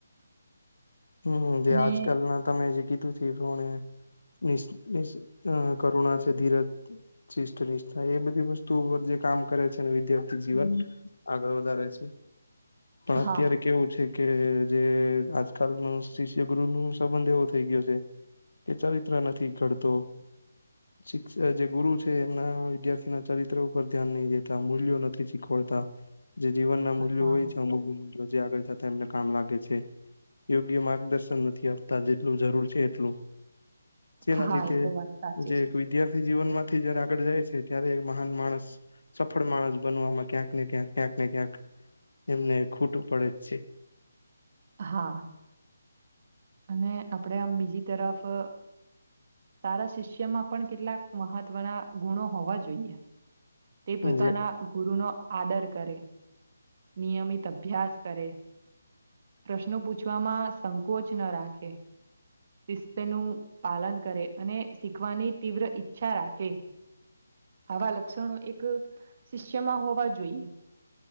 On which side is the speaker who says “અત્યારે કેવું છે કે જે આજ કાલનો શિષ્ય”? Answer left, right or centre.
Left